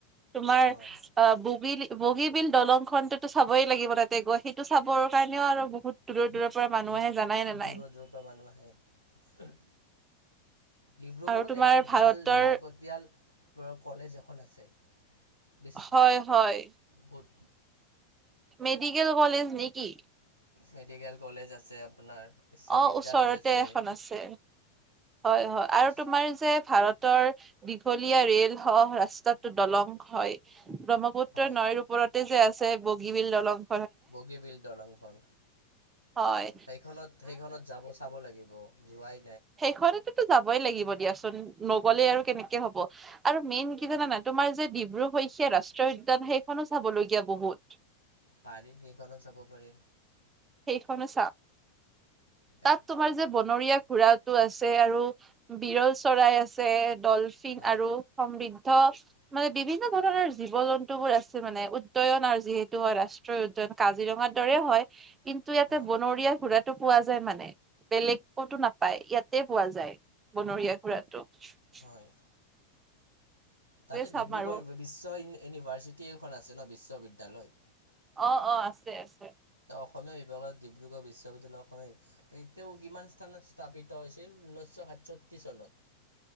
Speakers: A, on the right; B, on the right.
A: তোমাৰ
B: অঁ।
A: অ ববী। বগীবিল দলং খনতেতো চাবই লাগিব তাতে সেইটো চাবৰ কাৰণেও আৰু। বহুত দূৰৰ
B: সেইটো
A: দূৰৰ পৰা মানুহ
B: সেই
A: আহে জানাই নে নাই
B: দূৰৰ দূৰৰ পৰা মানুহ আহে। ডিব্ৰুগড়ত
A: আৰু তোমাৰ
B: এখন
A: ভাৰতৰ
B: ভাল লাগতিয়াল কলেজ এখন আছে। বিচ
A: হয় হয়।
B: বহুত
A: মেডিকেল কলেজ নেকি।
B: মেডিকেল কলেজ আছে আপোনাৰ। বিশ্ববিদ্যালয়
A: অ ওচৰতে
B: আছে
A: এখন আছে হয় হয় আৰু
B: বিচ
A: তোমাৰ যে ভাৰত। দীঘলীয়া ৰেল স ৰাস্তাত। দলং হয় ব্ৰহ্মপুত্ৰ
B: হয়
A: নৈৰ ওপৰতে যে আছে বগীবিল দলং।
B: বগীবিল দলংখন
A: হয়
B: সেইখনত সেইখনত যাব চাব লাগিব। জোৱাই।
A: সেইখনততো যাবই লাগিব দিয়াচোন নগলে
B: উম,
A: আৰু কেনেকে হব। আৰু মেইন কি জানানাই তোমাৰ যে ডিব্ৰু শইকীয়া ৰাষ্ট্ৰীয় উদ্যান সেইখনো চাবলগীয়া বহুত।
B: পাৰি সেইখনত চাব পাৰি।
A: সেইখনো চা তাত
B: এক
A: তোমাৰ যে বনৰীয়া ঘোঁৰা। টো আছে আৰু বিৰল চৰাই আছে ডলফিন
B: হয়
A: আৰু সমৃন্দ। মানে বিভিন্ন ধৰণৰ জীৱ জন্তুবোৰ আছে মানে উদ্য়ন আৰু যিহেতু হয় ৰাষ্ট্ৰীয় উদ্য়ন। কাজিৰঙাৰ দৰে হয় কিন্তু ইয়াতে
B: অ
A: বনৰীয়া ঘুৰা। টো পোৱা যায় মানে বেলেগ কতো নাপায় ইয়াতে পোৱা যায় বনৰীয়া গুৰাত। তটো।
B: হয় তাতে
A: চাম
B: ডিব্ৰুগড়
A: আৰু
B: বিশ্ব ইউনিভাৰচিটি এখন আছে ন বিশ্ববিদ্যালয়।
A: অ অ আছে আছে।
B: ত অসমীয়া বিভাগত ডিব্ৰুগড় বিশ্ববিদ্যালয় তেওঁ কিমান। কিমান চনত স্থাপিত হৈছিল ঊনৈছশ সাতষষ্ঠি চনত।